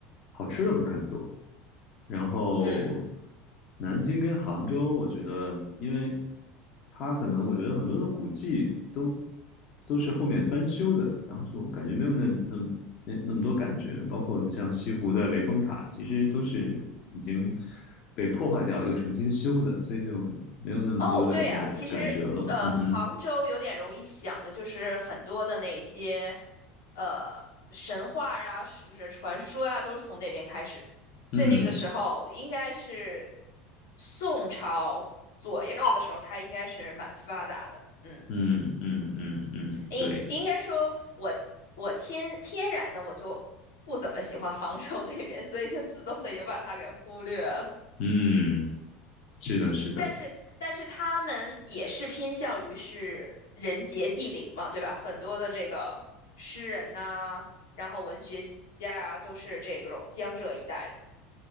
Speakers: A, on the left; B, on the left.
A: 好吃的不是很多。然后
B: 嗯。
A: 南京跟杭州，我觉得，因为它可能我觉得很多的古迹都都是后面翻修的，然后就感觉没有那那么那那么多感觉。包括你像西湖的雷峰塔，其实都是已经被破坏掉又重新修的，所以就没有那么多的那种感觉了。
B: 哦，对啊，其实呃，
A: 嗯哼，
B: 杭州有点容易想的就是很多的那些呃神话呀，是不是传说呀，都是从那边开始的。所以那个时候应该是
A: 嗯
B: 宋朝左右的时候，它应该是蛮发达的。嗯，
A: 嗯嗯嗯嗯，
B: 应应该说我我天天然的我就不怎么喜欢杭州那边，
A: 对，
B: 所以就自动的也把它给忽略了。
A: 嗯，是的，是的。
B: 但是但是他们也是偏向于是人杰地灵嘛，对吧？很多的这个诗人呐、然后文学家啊，都是这种江浙一带的